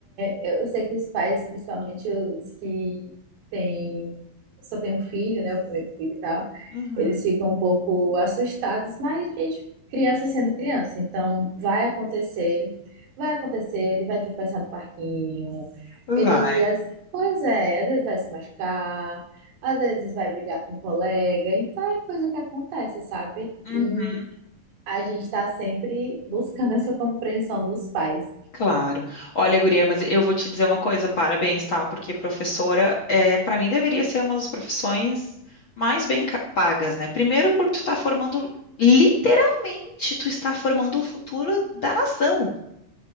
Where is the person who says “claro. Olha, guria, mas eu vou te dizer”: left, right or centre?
Left